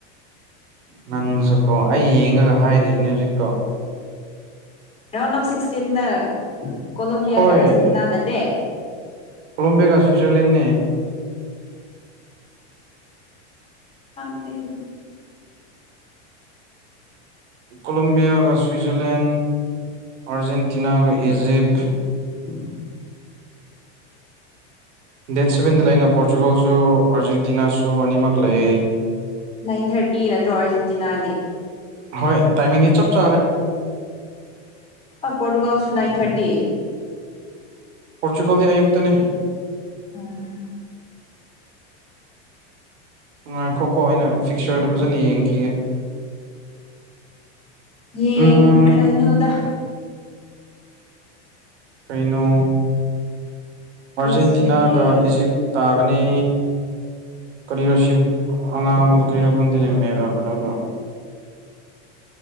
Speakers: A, on the right (about 75°); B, on the left (about 15°).
A: ꯅꯪꯁꯨꯀꯣ ꯑꯩ ꯌꯦꯡꯉꯒ ꯍꯥꯏꯔꯤꯕꯅꯦ ꯍꯧꯖꯤꯛꯇꯣ
B: ꯔꯥꯎꯟ ꯑꯣꯐ ꯁꯤꯛꯁꯇꯤꯟꯗ ꯀꯣꯂꯣꯝꯕꯤꯌꯥꯒ
A: ꯍꯣꯏ
B: ꯑꯥꯔꯖꯦꯟꯇꯤꯅꯥ ꯅꯠꯇꯦ
A: ꯀꯣꯂꯝꯕꯤꯒ ꯁ꯭ꯤꯠꯖꯔꯂꯦꯟꯅꯦ
B: ꯈꯪꯗꯦ ꯑꯗꯨꯗꯤ
A: ꯀꯣꯂꯣꯝꯕꯤꯌꯥꯒ ꯁ꯭ꯋꯤꯖꯔꯂꯦꯟ ꯑꯥꯔꯖꯦꯟꯇꯤꯅꯥꯒ ꯏꯖꯤꯞ
B: <unintelligible>
A: ꯗꯦꯠ ꯁꯚꯦꯟꯗ ꯂꯩ ꯑꯩꯅ ꯄꯣꯔꯆꯨꯒꯜꯁꯨ ꯑꯥꯔꯖꯦꯟꯇꯤꯅꯥꯁꯨ ꯑꯅꯤꯃꯛ ꯂꯩꯌꯦ
B: ꯅꯥꯏꯟ ꯊꯥꯔꯇꯤ ꯅꯠꯇ꯭ꯔꯣ ꯑꯥꯔꯖꯦꯟꯇꯤꯅꯥꯗꯤ
A: ꯍꯣꯏ ꯇꯥꯏꯃꯤꯡꯗꯤ ꯆꯞ ꯆꯥꯔꯦ
B: ꯑ ꯄꯣꯔꯇꯨꯒꯜꯁꯨ ꯅꯥꯏꯟ ꯊꯥꯔꯇꯤ
A: ꯄꯣꯔꯆꯨꯒꯜꯗ ꯑꯌꯨꯛꯇꯅꯦ
B: ꯎꯝ
A: ꯉꯥꯏꯈꯣꯀꯣ ꯑꯩꯅ ꯐꯤꯛꯆꯔꯗꯣ ꯐꯖꯅ ꯌꯦꯡꯈꯤꯒꯦ
B: ꯌꯦꯡ
A: ꯎꯝ
B: ꯈ꯭ꯔꯅꯨ ꯗ
A: ꯀꯩꯅꯣ ꯑꯥꯔꯖꯦꯟꯇꯤꯅꯥꯒ
B: ꯀꯔꯤꯁꯨ ꯅꯠꯇꯦ
A: ꯏꯖꯤꯞ ꯇꯥꯒꯅꯤ ꯀꯔꯤꯔꯣꯁꯤ ꯑꯉꯥꯡꯕꯗꯣ ꯀꯔꯤꯔꯣꯐꯝꯗꯅꯦ ꯀꯩꯅꯣꯗꯣ